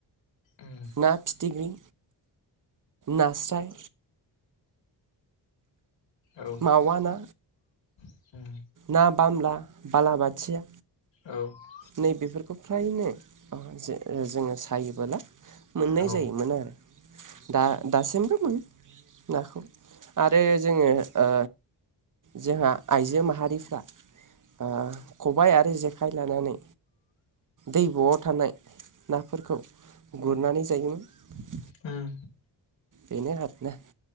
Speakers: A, on the left; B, on the right.
A: उम
B: ना फिथिग्रि, नास्राय
A: औ
B: मावा ना
A: उम
B: ना बामला, बालाबाथिया
A: औ
B: नै बेेफोरखौ फ्रायनो जे जोङो सायोबोला मोननाय
A: औ
B: जायोमोन आरो दा दासिमबो मोनो नाखौ आरो जोङो ओ जोंहा आइजो माहा रिफ्रा ओ खबाइ आरो जेखाइ लानानै दैब'आव थानाय नाफोरखौ गुरनानै जायोमोन।
A: उम।
B: बेनो आरो ना।